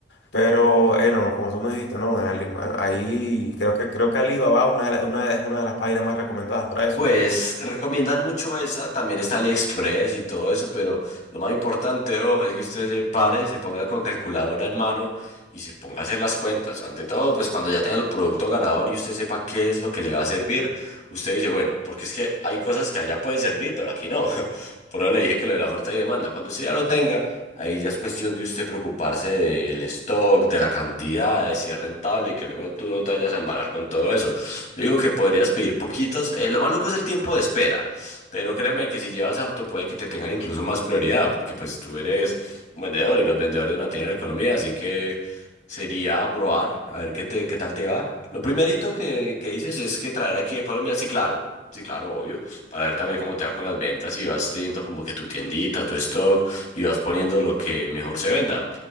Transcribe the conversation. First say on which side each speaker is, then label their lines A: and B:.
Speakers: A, on the left; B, on the left.
A: Pero, eh, no, no, como tú me dijiste, no, en Ali- ahí creo que creo que Alibaba una, de la- una, es una de las páginas más recomendadas para eso.
B: Pues recomiendan mucho esa, también está AliExpress y todo eso, pero lo más importante, bro, es que usted se pare, se ponga con calculadora en mano y se ponga a hacer las cuentas. Ante todo, pues cuando ya tenga el producto ganador y usted sepa qué es lo que le va a servir, usted dice, bueno, porque es que hay cosas que allá pueden servir, pero aquí no. <laughs> Por eso le dije que lo de la oferta y demanda, cuando usted ya lo tenga, ahí ya es cuestión de usted preocuparse del stock, de la cantidad, de si es rentable y que luego tú no te vayas a embalar con todo eso. Yo digo que podrías pedir poquitos. Eh, lo maluco es el tiempo de espera, pero créeme que si llevas harto puede que te tengan incluso más prioridad, porque pues tú eres un vendedor y los vendedores mantienen la economía, así que sería probar, a ver qué te, qué tal te va. Lo primerito que, que dices es que traer aquí a Colombia, sí, claro. Sí, claro, obvio, para ver también cómo te va con las ventas y vas teniendo como que tu tiendita, tu stock y vas poniendo lo que mejor se venda